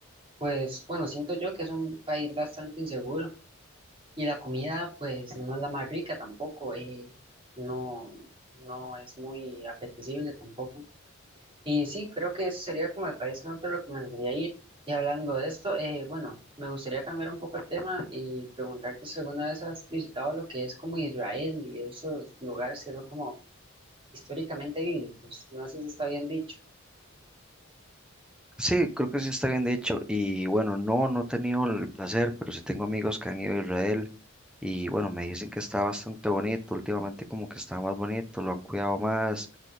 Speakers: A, on the right (about 25°); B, in the centre.
A: pues bueno, siento yo que es un país bastante inseguro y la comida pues no es la más rica tampoco, eh, no, no es muy apetecible tampoco. Y sí, creo que ese sería como el país que no te recomendaría ir. Y hablando de esto, eh, bueno, me gustaría cambiar un poco el tema y preguntarte si alguna vez has visitado lo que es como Israel y esos lugares que son como históricamente bíblicos, no sé si está bien dicho.
B: Sí, creo que sí está bien dicho. Y bueno, no, no he tenido el placer, pero sí tengo amigos que han ido a Israel y bueno, me dicen que está bastante bonito. Últimamente como que está más bonito, lo han cuidado más,